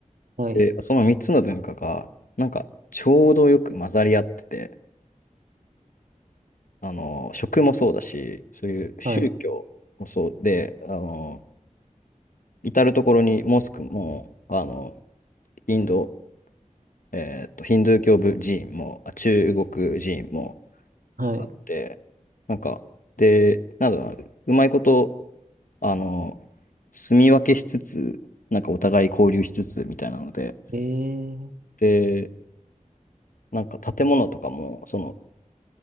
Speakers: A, on the right (about 80°); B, on the left (about 75°).
A: はい。
B: で、その3つの文化が、なんか、ちょうどよく混ざり合ってて、あの、食もそうだし、そういう宗教もそうで、
A: はい。
B: あの、至る所にモスクも、あの、インド、えっと、ヒンドゥー教部寺院も、あ中国寺院も、
A: はい。
B: で、なんか、で、なんだろうな、うまいこと、あの、住み分けしつつ、なんかお互い交流しつつみたいなので、
A: ええ
B: で、なんか建物とかも、その